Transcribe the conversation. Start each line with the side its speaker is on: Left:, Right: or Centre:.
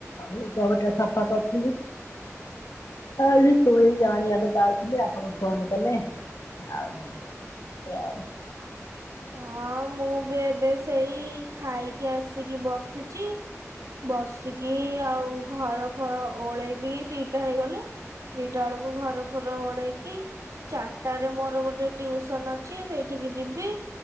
Left: ଲୁଗାପଟା ସଫା କରିଥିଲି। କଇଲି ତୁଳିକି ଆଣିବାକୁ ଯାଉଥିଲି ଆପଣ ଫୋନ କଲେ ଆଉ ଏୟା ଆଉ।
Right: ହଁ ମୁଁ ବି ଏବେ ସେଇ ଖାଇକି ଆସିକି ବସିଚି। ବସିକି ଆଉ ଘର ଘଳ ଓଳେଇବି। ଦିଟା ହେଇଗଲେ ଦିଟା ବେଳକୁ ଘର ଫର ଓଳେଇକି ଚାରିଟାରେ ମୋର ଗୋଟେ ଟିଉସନ ଅଛି ସେଇଠିକି ଯିବି।